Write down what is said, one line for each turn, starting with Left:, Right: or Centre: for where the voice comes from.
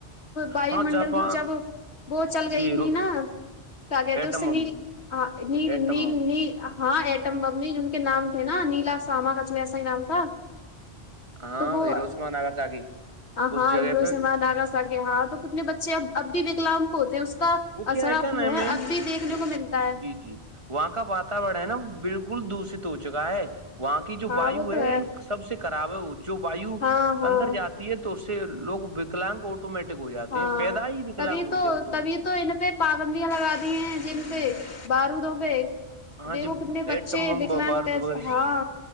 Left: وای
Right: ہاں
Left: منڈل
Right: جاپان
Left: میں جب وہ چل گئی
Right: جی
Left: تھی
Right: رو-
Left: نا ل گیا
Right: ایٹم
Left: تو اس سے
Right: بم
Left: نیل نیل
Right: ایٹم
Left: نیل
Right: بم
Left: نیل ہاں ایٹم ببنی جن کے نام تھے نا نیلا ساما کچو ایسا ہی نام تھا
Right: ہاں
Left: تو وہ
Right: ایروسم نغا ساگ اس
Left: ہاں
Right: جگہ
Left: ہیرو
Right: پہ
Left: ناگا سا کہ ہاں تو کتنے بچے اب بھی وکلاام کو ہوتے اس کا
Right: وہ کیا
Left: اثر
Right: کیا نا
Left: ہے
Right: میم
Left: اب بھی دیکھنے
Right: وہ
Left: کو ملتا ہے
Right: جی جی وہاں کا واتاورن ہے نا بالکل دشت ہو چکا ہے وہاں کی جو
Left: ہاں
Right: وایو
Left: وہ تو
Right: ہے سب سے کراب ہے جو وایو
Left: ہاں ہاں
Right: اندر جاتی ہے تو اس سے لوگ وکلاگ اٹ آٹومیٹک ہو جاتے
Left: ہاں
Right: ہیں پیدا ہی بھیکلنگ
Left: تبھی
Right: ہوتے ہیں اب تو
Left: تبھی تو ان پہ پابندیاں لگا دی ہیں جن پہ بارودوں پہ
Right: ہاں
Left: دیکھو
Right: جی
Left: کتنے بچے
Right: ایٹم بم
Left: وکلاانگ
Right: بارود
Left: پ
Right: وغیرہ
Left: ہاں